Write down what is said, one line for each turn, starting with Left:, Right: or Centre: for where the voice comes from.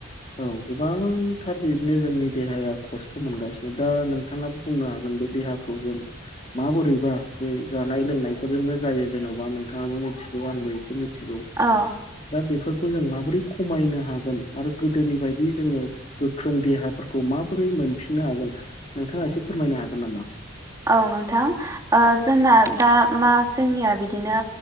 Left: औ गोबांथार इदनो जोंनि देहाया खस्थ' मोनगासिनो दं नोंथाङाबो बुंनो हागोन बे देहाखौ जों माबोरैबा बे जानाय लोंनायफोरजोंनो जायो जेन'बा नोंथाङाबो मिथिगौ आंबो एसे मि थिगौ
Right: औ
Left: दा बेफोर खौ जों माबोरै खमायनो हागोन आरो गोदोनि बायदि जोङो गोख्रों देहाफोरखौ माबोरै मोनफिननो हागोन नोंथाङा एसे फोरमायनो हागोन नामा?
Right: औ नोंथां ओ जोंना दा मा जोंनिया बिदिनो